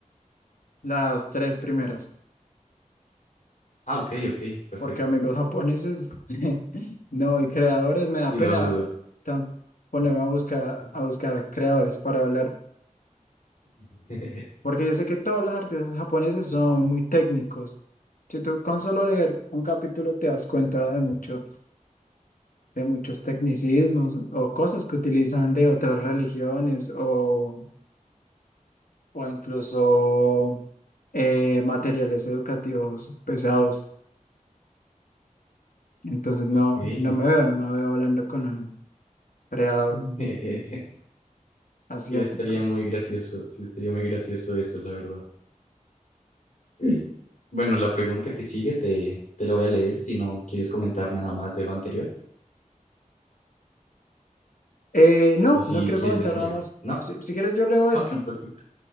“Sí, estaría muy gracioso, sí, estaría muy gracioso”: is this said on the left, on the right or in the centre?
Left